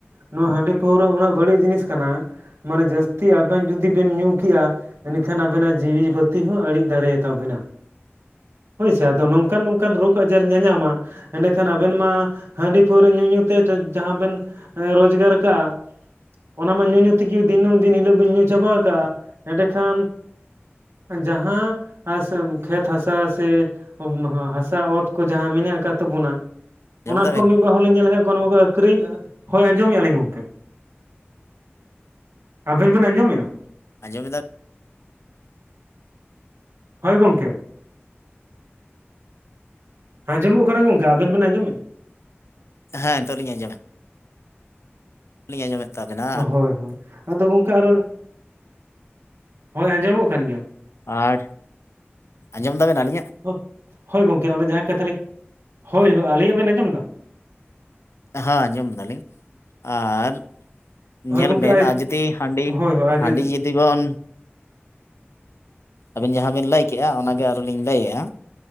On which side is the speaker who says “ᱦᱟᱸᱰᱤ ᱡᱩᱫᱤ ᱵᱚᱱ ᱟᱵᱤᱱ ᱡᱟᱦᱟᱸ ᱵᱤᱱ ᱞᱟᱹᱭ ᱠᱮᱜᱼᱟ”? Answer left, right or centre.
Left